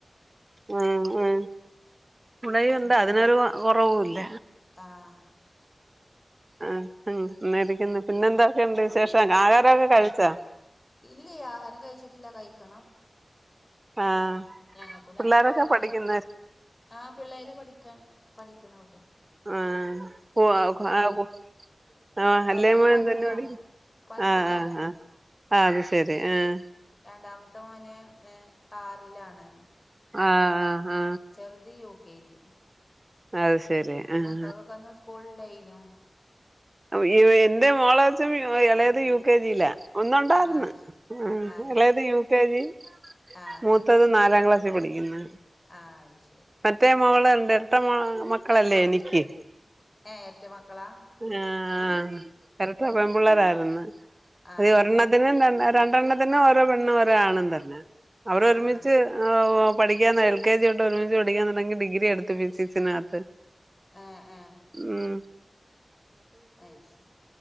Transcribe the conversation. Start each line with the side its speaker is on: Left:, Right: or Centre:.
Right: ഏഹേ ഏഹേ ഇവടേം ഇണ്ടതിനൊരു കൊറവൂല്ല
Left: ആഹ്..
Right: ആഹ് മേബിക്കെന്ന പിന്നെന്തക്കെയിണ്ട് വിശേഷം ആഹാരൊക്കെ കഴിച്ചൊ?
Left: ഇല്ല്യേ ആഹാരം കയ്ച്ചിട്ടില്ല കഴിക്കണം
Right: ആഹ്
Left: ഞങ്ങക്കും തന്നെ
Right: പിള്ളേരൊക്കെ
Left: ചോറ്
Right: പഠിക്കുന്ന
Left: ആഹ് പിള്ളേര് പഠിക്കാണ് പഠിക്ണ കുട്ടിയ
Right: <unintelligible> ആഹ ആഹ് ആഹ്
Left: വലുത് പത്തിലാണ്
Right: അ അത്
Left: പത്തിലാണ്
Right: ശെരി ആഹാ
Left: രണ്ടാമത്തെ മോന് ഹ് ആറിലാണ്
Right: ആഹ് ഹ ഹാ
Left: ചെറുത് യുകെജി
Right: അത് ശെരി ആഹ്
Left: മക്കക്കൊക്കെന്ന് സ്ക്കൂള്ണ്ടായ്നു
Right: അയോ എന്റെ മോളെ കൊച്ചും എളേത് യുക്കെജിലാ ഒന്നുണ്ടാർന്ന്
Left: ആ അത് ശ-
Right: ഏഹ്
Left: ആ, അത്
Right: എളേത്
Left: ശരി
Right: യുകെജി
Left: ആ
Right: മൂത്തത് നാലാംക്ലാസ്സില് പഠിക്ക്ന്ന്
Left: ആഹ് അയ്ശെരി
Right: മറ്റേ മോള്ണ്ട് എരട്ട മാമക്കളല്ലെനിക്ക്?
Left: ഏഹേ എരറ്റമക്കളാ?
Right: ആഹ് ഏരട്ട പെമ്പ്ള്ളായിര്ന്ന്
Left: ആ
Right: അതീഒരണ്ണത്തി ത്തിനും രണ്ട് രണ്ടെണ്ണത്തിനും ഓരോ പെണ്ണും ഒരാണും തന്നെ അവരൊരുമിച്ച്
Left: ആ ആ
Right: ഓ പഠിക്കാന്നെ എൽ കെ ജി തൊട്ട് ഒരുമിച്ച് പഠിക്കാ തൊടങ്ങി ഡിഗ്രി എട്ത്ത് ഫിസിക്സിനകത്ത്.
Left: ആഹ് ഹേ
Right: മ്മ്ഹ്
Left: അയ്ശെരി